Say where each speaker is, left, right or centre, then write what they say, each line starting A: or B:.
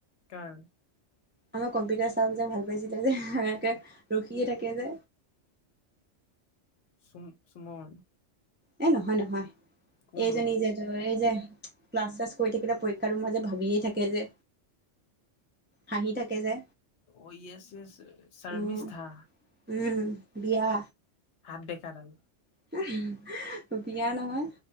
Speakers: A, on the left; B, on the right.
A: কাৰ?
B: আমাৰ কম্পিউটাৰ চাৰক যে ভাল পাইছিলে যে, কে ৰখিয়ে থাকে যে
A: চুম-চুমন
B: এ নহয় নহয়।
A: কোন
B: এইজনী
A: অ?
B: যে এই যে ক্লাছ- চাছ কৰি থাকিলে, পৰীক্ষাটো মাজে ভাবিয়ে থাকে যে। হাঁহি থাকে যে
A: অহ' য়েছ য়েছ শাৰমিছ
B: উম
A: থা
B: উম, বিয়া।
A: হাত বেঁকাডাল।
B: <unintelligible> বিয়া নহয়।